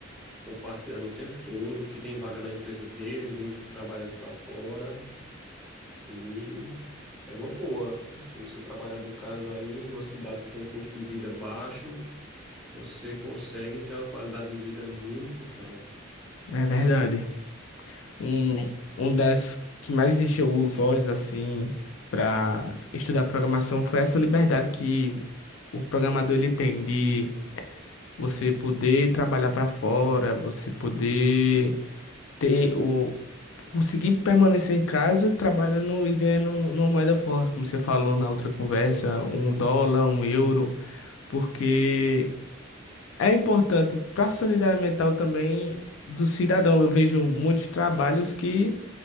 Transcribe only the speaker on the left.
É verdade. Um, um das que mais encheu os olhos assim para estudar programação foi essa liberdade que o programador ele tem de você poder trabalhar para fora, você poder ter o conseguir permanecer em casa trabalhando e ganhando uma moeda forte, como você falou na outra conversa, um dólar, um euro, porque é importante para a sanidade mental também do cidadão. Eu vejo muitos trabalhos que